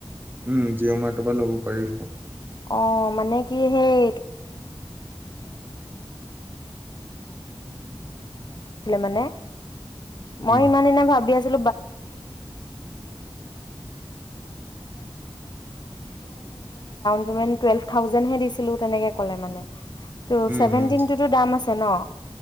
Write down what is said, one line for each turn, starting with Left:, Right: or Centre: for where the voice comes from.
Right: উম জিঅ' মাৰ্টৰ পৰা ল'ব পাৰি ফোন
Left: অ মানে কি সেই <unintelligible> মই
Right: উম,
Left: ইমান দিনা ভাবি আছো <unintelligible> টুৱেলভ থাউজেণ্ডহে দিছিলো তেনেকে'লে মানে ভ
Right: উম, উম,
Left: দ চনে